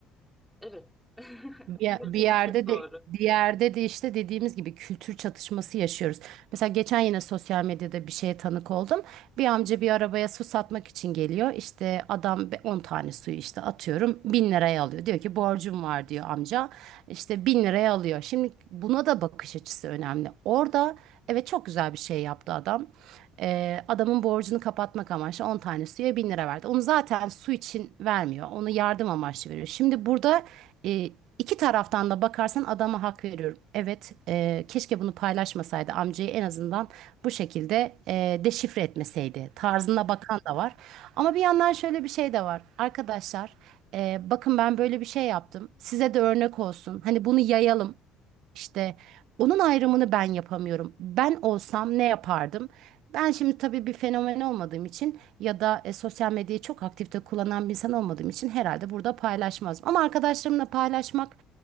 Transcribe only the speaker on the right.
Bir, ye-
bir yerde
de bir yerde de işte dediğimiz gibi kültür çatışması yaşıyoruz. Mesela geçen yine sosyal medyada bir şeye tanık oldum. Bir amca bir arabaya su satmak için geliyor. İşte adam be- 10 tane suyu işte atıyorum 1000 liraya alıyor. Diyor ki borcum var diyor amca. İşte 1000 liraya alıyor. Şimdi buna da bakış açısı önemli. Orada evet çok güzel bir şey yaptı adam. Ee, adamın borcunu kapatmak amaçlı 10 tane suya 1000 lira verdi. Onu zaten su için vermiyor. Onu yardım amaçlı veriyor. Şimdi burada İki taraftan da bakarsan adama hak veriyorum. Evet, e, keşke bunu paylaşmasaydı amcayı en azından bu şekilde e, deşifre etmeseydi. Tarzına
bakan da var. Ama bir yandan şöyle bir şey de var. Arkadaşlar, e, bakın ben böyle bir şey yaptım. Size de örnek olsun. Hani bunu yayalım. İşte onun ayrımını ben yapamıyorum. Ben olsam ne yapardım? Ben şimdi tabii bir fenomen olmadığım için ya da e, sosyal medyayı çok aktifte kullanan bir insan olmadığım için herhalde burada paylaşmazdım. Ama arkadaşlarımla paylaşmak